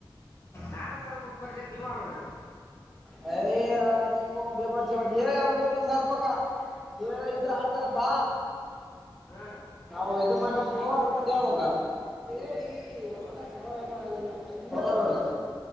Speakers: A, on the left; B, in the centre.
A: ನಾನ ಸದ್ ಕೊಡ್ಕೊಂಬರ ನೀವ್ ಆವಂತ
B: ಹಾ <inaudible> ನಿ ಬೇ ಹೇಳಿ ಅವ್ರಡ್ರಿ ಸರ್ಸ್ಬೇಕ ನೀನೋ ಇದ್ರ ಆಡ್ತಾರಪ್ಪ
A: ಹಾ
B: ನಾವು ಇ ಮಾಡ್ಬೇಕ ಅಂತ ಹಬೇಕ ಒತ್ತ
A: ಹೌದನ
B: ಸಮಾಧಾನ ಆಗೋದ